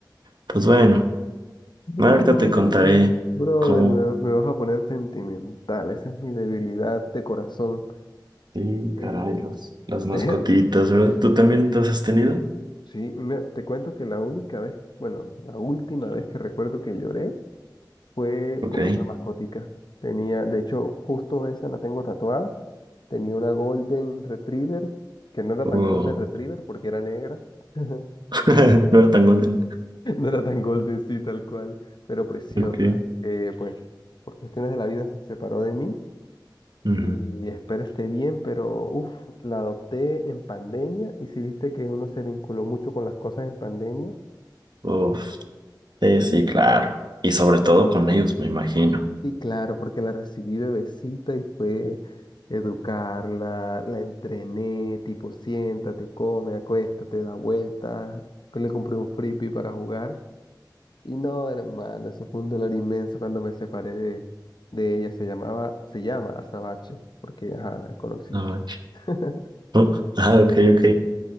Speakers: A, on the right; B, on the left.
A: pues bueno,
B: No,
A: bueno, ahorita te contaré
B: brother,
A: cómo.
B: me, me vas a poner sentimental. Esa es mi debilidad de corazón.
A: Sí,
B: Eh,
A: caray, los,
B: <laughs>
A: las mascotitas,
B: de-
A: ¿verdad? ¿Tú también
B: de-
A: te las has tenido?
B: sí, y me- te cuento que la única vez, bueno, la última vez que recuerdo que lloré fue
A: Ok.
B: por una mascotica. Tenía, de hecho, justo esa la tengo tatuada. Tenía una Golden Retriever, que no era
A: Oh,
B: tan Golden Retriever porque era negra. <laughs>
A: <laughs> No era tan golden.
B: <laughs> No era tan golden, sí, tal cual, pero preciosa.
A: Ok.
B: Eh, pues por cuestiones de la vida se separó de mí
A: Ujú.
B: y espero esté bien, pero uff, la adopté en pandemia y si viste que uno se vinculó mucho con las cosas en pandemia.
A: Uf. Sí,
B: Sí,
A: sí, claro. Y sobre todo con ellos, me imagino.
B: sí, claro, porque la recibí bebecita y fue educarla, la entrené, tipo, siéntate, come, acuéstate, da vueltas, le compré un frisbee para jugar. Y no, hermano, eso fue un dolor inmenso cuando me separé de, de ella. Se llamaba, se llama Azabache, porque, ajá, el colorcito.
A: Ah, ch-
B: <laughs>
A: <laughs> Ah, ok, ok.